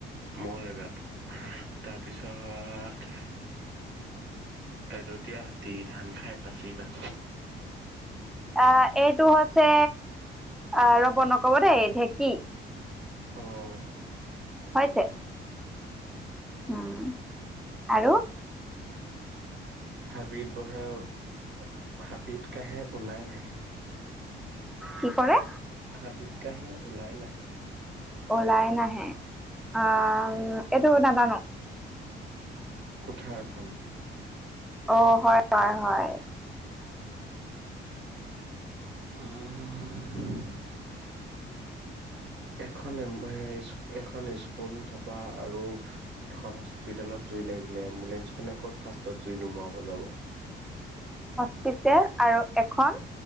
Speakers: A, on the right (about 65°); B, in the centre.
A: ময়ো নেজানো। তাৰপিছত এদতীয়া হাতী, ধান খাই পাচি -পাচি?
B: অহ, এইটো হৈছে অহ ৰ'ব নকব দেই, ঢেঁকী।
A: উম
B: হৈছে। উম, আৰু?
A: হাবিত বহে, আৰু হাবিত কাঁহে ওলাই নাহে?
B: কি কৰে?
A: হাবিত কাঁহে ওলাই নাহে।
B: ওলাই নাহে, আ-ম এইটো নাজানো।
A: কুঠাৰখন।
B: অ', হয়-হয়-হয়।
A: <unintelligible> <unintelligible> এখন <unintelligible> এখন স্কুল তাৰপা আৰু এখন হস্পিতেলত জুই লাগিলে, এম্বুলেন্ঞ্চ খনে ক'ত ফাষ্টত জুই নুমোৱাব যাব?
B: স্পিতেল আৰু এখন